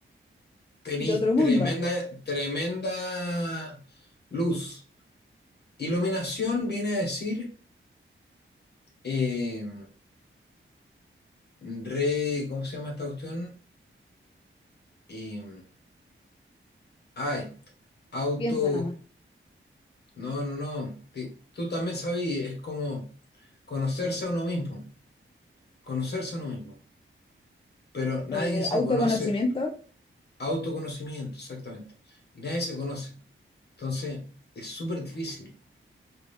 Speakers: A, on the left; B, on the left.
A: tenéis
B: de otro
A: tremenda,
B: mundo,
A: tremenda luz. Iluminación viene a decir, eh, re, ¿cómo se llama esta cuestión? Eh, ay, auto,
B: piensa nada más.
A: no, no, no, ti- tú también sabías, es como conocerse a uno mismo. Conocerse a uno mismo. Pero nadie
B: Eh,
A: se
B: autoconocimiento,
A: conoce, autoconocimiento, exactamente. Y nadie se conoce. Entonces, es súper difícil,